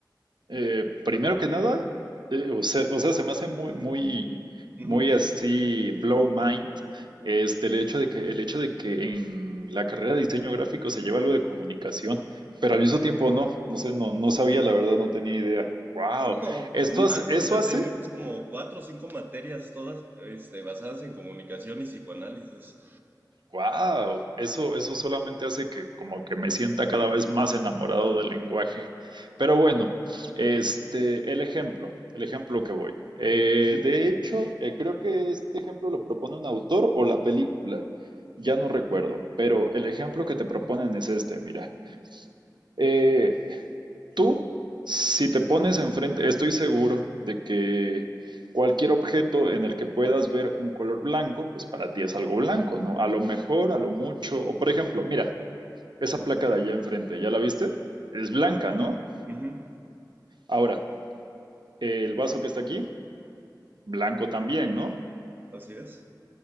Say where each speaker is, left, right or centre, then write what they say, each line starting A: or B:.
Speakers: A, on the right; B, on the right.
A: Eh, primero que nada, eh, o sea, o sea, se me hace muy, muy,
B: Ujú.
A: muy así, blow mind, este, el hecho de que, el hecho de que en la carrera de diseño gráfico se lleva algo de comunicación, pero al mismo tiempo no, no sé, no, no sabía, la verdad, no tenía idea. Wow,
B: No,
A: eso
B: una,
A: hace, eso
B: o sea,
A: hace
B: tenemos como cuatro o cinco materias todas, este, basadas en comunicación y psicoanálisis.
A: Wow, eso, eso solamente hace que como que me sienta cada vez más enamorado del lenguaje. Pero bueno, este, el ejemplo, el ejemplo que voy. Eh,
B: Ujú,
A: de hecho, eh, creo que este ejemplo lo propone un autor o la película, ya no recuerdo, pero el ejemplo que te proponen es este, mira. Eh, Tú, si te pones enfrente, estoy seguro de que cualquier objeto en el que puedas ver un color blanco, pues para ti es algo blanco, ¿no? A lo mejor, a lo mucho, o por ejemplo, mira, esa placa de allá enfrente, ¿ya la viste? Es blanca, ¿no?
B: ujú,
A: Ahora, el vaso que está aquí, blanco también, ¿no?
B: así es.